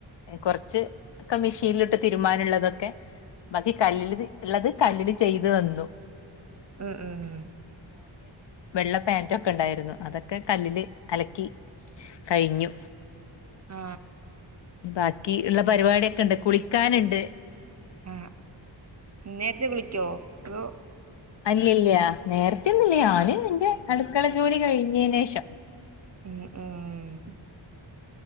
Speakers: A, on the left; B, on the right.
A: കൊറച്ച് ക്കെ മിഷീനില്ട്ട് തിരുമ്പാനുള്ളതൊക്കെ ബാക്കി കല്ലില് ഉള്ളത് കല്ലില് ചെയ്ത് വന്നു
B: ഉം ഉം ഉം
A: വെള്ളപേന്റൊക്കെ ഇണ്ടായിരുന്നു അതൊക്കെ കല്ലില് അലക്കി കഴിഞ്ഞു
B: ആ
A: ബാക്കി ഇള്ള പരിപാടി കെണ്ട് കുളിക്കാന്ണ്ട്
B: ആ നേരത്തെ കുളിക്കോ ഓ
A: അല്ലില്ലാ നേരത്തെന്നില്ല ഞാന് ഇന്റെ അടുക്കള ജോലി കഴിഞ്ഞീനേഷം
B: ഉം ഉം